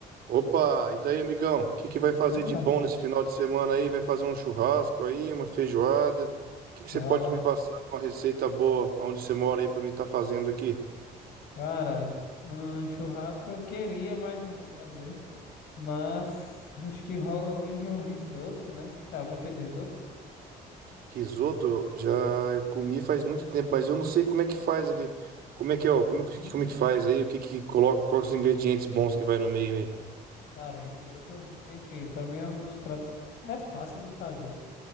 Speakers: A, on the right; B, on the left.
A: Opa, e daí, amigão? O que que vai fazer
B: Fala,
A: de bom nesse final de semana aí? Vai fazer um churrasco aí, uma feijoada? O que que você
B: fala.
A: pode me passar de uma receita boa onde você mora aí pra mim estar fazendo aqui?
B: Cara, um churrasco eu queria, mas não vou fazer. Mas acho que rola hoje um risoto, né? Que tal? Já fez risoto?
A: Risoto, já eu comi faz muito tempo, mas eu não sei como é que faz ele. Como é que é, ó? Como, é que-
B: Hum,
A: como é que faz aí? O que que coloca? Quais os ingredientes bons que vai no meio aí?
B: cara, risoto, enfim, pra mim é um dos pratos. É fácil de fazer,